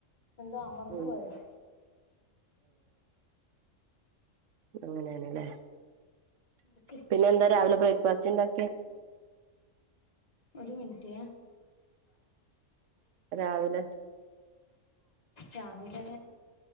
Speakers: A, on the left; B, on the right.
A: എന്തോ അമർന്നു
B: ഉം
A: പോയതാ
B: അങ്ങനെയണല്ലേ
A: നടക്ക്
B: പിന്നെ എന്താ രാവിലെ ബ്രേക്ക്ഫാസ്റ്റ് ഇണ്ടാക്കിയെ
A: ഒരു മിനിറ്റ്
B: രാവിലെ
A: രാവിലെ